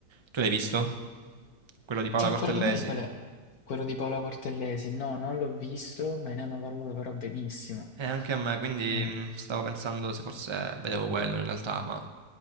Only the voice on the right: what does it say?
Tu l'hai visto? Quello di Paola
Cortellesi?
E anche a me, quindi
mh, stavo pensando se forse vedevo quello in realtà, ma